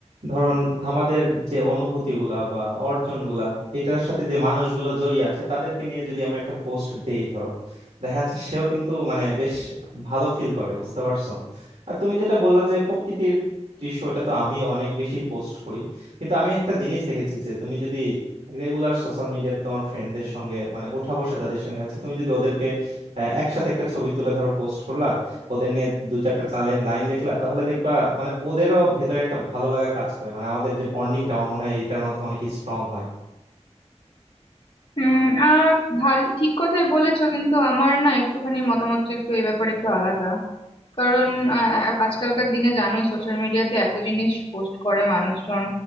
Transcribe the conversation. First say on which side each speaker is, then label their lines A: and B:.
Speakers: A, on the right; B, on the left.
A: ধরুন আমাদের যে অনুভূতি গুলা বা অর্জন গুলা এটার সাথে যে মানুষগুলো জড়িয়ে আছে তাদেরকে নিয়ে যদি আমরা একটা পোস্ট দেই ধরো দেখা যাচ্ছে সেও কিন্তু মানে বেশ ভালো ফিল করে বুঝতে পারছো আর তুমি যেটা বললা যে প্রকৃতির দৃশ্য এটা তো আমি অনেক বেশি পোস্ট করি কিন্তু আমি একটা জিনিস দেখেছি যে তুমি যদি রেগুলার সোশ্যাল মিডিয়াতে তোমার ফ্রেন্ডদের সঙ্গে মানে ওঠা বসা যাদের সঙ্গে আছে তুমি যদি ওদেরকে আহ, একসাথে একটা ছবি তুলে ধরো পোস্ট করলা ওদের নিয়ে দু চারটা লাইন লাইন লিখলা তাহলে দেখবা মানে ওদেরও ভেতরে একটা ভালো লাগা কাজ করে মানে আমাদের যে বন্ডিংটা আমার মনে হয় এটার মাধ্যমে অনেক স্ট্রং হয়
B: হুম আহ ভাল ঠিক কথাই বলেছো কিন্তু আমার না একটুখানি মতামতটা একটু এই ব্যাপারে একটু আলাদা কারণ আ- আ- আজকালকার দিনে জানোই সোশ্যাল মিডিয়াতে এত জিনিস পোস্ট করে মানুষজন